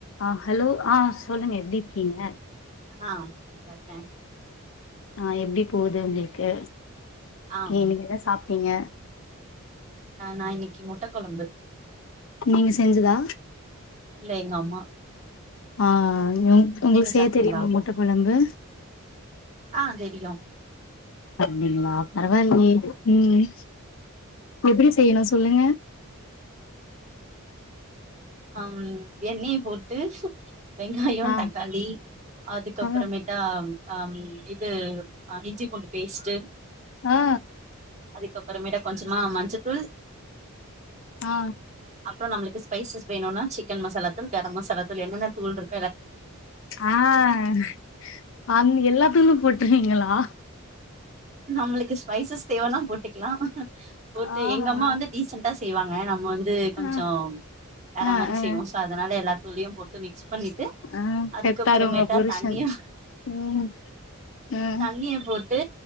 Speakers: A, on the left; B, on the right.
A: ஆ hello ஆ சொல்லுங்க எப்டி இருக்கீங்க
B: ஆ நல்லாருகே
A: ஆ எப்டி போது உங்களுக்கு
B: ஆம்
A: நீங்க என்ன சாப்ட்டீங்க
B: ஆ நா இன்னைக்கி முட்ட கொழம்பு
A: நீங்க செஞ்சதா
B: இல்ல எங்க அம்மா
A: ஆ உங்களுக்கு
B: நீங்க
A: செய்ய
B: சாப்ட்டீங்களா
A: தெரியுமா முட்ட கொழம்பு
B: ஆ தெரியு
A: அப்டிங்களா பரவாலயே ம் எப்டி செய்யணு சொல்லுங்க
B: ஆம் எண்ணெய போட்டு வெங்காயோ
A: ஆ
B: தக்காளி அதுக்கு
A: ஆ
B: அப்புறமேட்டா ஆ ம் இது ஆ இஞ்சி பூண்டு பேஸ்ட்டு
A: ஆ
B: அதுக்கப்புறமேட்டா கொஞ்சமா மஞ்சத்தூள்
A: ஆ
B: அப்பற நம்மளுக்கு ஸ்பைசஸ் வேணுனா சிக்கன் மசாலா தூள் கரம் மசாலா தூள் என்னென்ன தூள் இருக்
A: ஆ எல்லா தூளும் போட்டுருவிங்களா
B: நம்மளுக்கு ஸ்பைசஸ் தேவனா போட்டுக் கலா போட்டு
A: ஆஹா
B: எங்க அம்மா வந்து டீசண்டா செய்வாங்க நம்ம வந்து கொஞ்சொ
A: ஆ
B: வேற
A: ஆ
B: மாரி
A: ஆ
B: செய்வோ சோ அதனால எல்லா தூள்லயு போட்டு மிக்ஸ் பண்ணிட்டு
A: ஆ
B: அதுக்கப்புறமேட்டா
A: பெத்தாரு உங்க புருஷன்
B: தண்ணியு
A: ம் ம்
B: தண்ணிய போட் டு